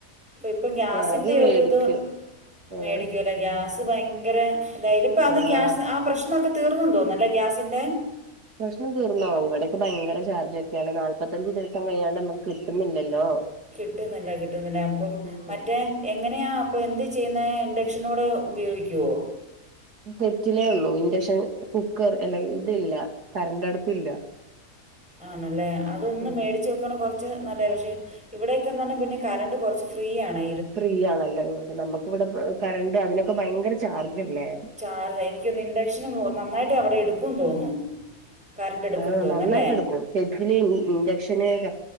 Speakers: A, in the centre; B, on the right (about 85°).
A: ഇപ്പം ഗ്യാസിൻ്റെ
B: വിറക് മേടിക്കും
A: ഒര്ത്
B: ഏഹ്
A: മേടിക്ക ഗ്യാസ് ഭയങ്കര എന്തായാലും ഇപ്പ അത്
B: ആഹ്
A: ഗ്യാസ് ആ പ്രശ്നൊക്കെ തീർന്നെന്നു തോന്ന്ന്നു അല്ലേ ഗ്യാസിന്റെ
B: പ്രശ്നം തീർന്നോ ഇവിടൊക്കെ ഭയങ്കര ചാർജൊക്കെയാണ് നാല്പത്തഞ്ച് ദിവസം കഴിയ്യാണ്ട നമക്ക് കിട്ടുന്നില്ലല്ലോ
A: കിട്ടുന്നില്ല കിട്ടുന്നില്ല അപ്പം
B: ഉം
A: മറ്റേ എങ്ങനെയാ പ്പൊ എന്ത്‌ ചെയ്യ്ന്ന ഇൻഡക്ഷനോടെ ഉപയോഗിക്കോ
B: കെറ്റിലേ ഒള്ളു, ഇൻഡക്ഷൻ കുക്കർ അല്ല ഇതില്ല കറണ്ടടുപ്പില്ല.
A: ആണല്ലെ അതൊന്ന്
B: ഉം
A: മേടിച്ചോ ക്കണ് കൊറച്ച് നല്ലത്. പക്ഷെ ഇവിടൊക്കെ എന്ന് പർഞ്ഞാ പിന്നെ കരണ്ട് കൊർച്ച് ഫ്രീ ആണെ
B: ഫ്രീ ആണല്ലേ ഇങ്ങക്ക്. നമ്മക്ക് ഇവടെ കറണ്ട് അതിനൊക്കെ ഭയങ്കര ചാർജല്ലേ.
A: ചാർജെ, എനിക്കോന്നു ഇൻഡക്ഷനും നന്നായിട്ട് അവിടെ എടുക്കൂം തോന്ന്ന്നു. കറണ്ടെടുക്കും
B: ആഹ്
A: തോന്നുന്നു
B: നന്നായിട്ട്
A: അല്ലേ?
B: എടുക്കും കെറ്റില്, ഇൻഡക്ഷന് ര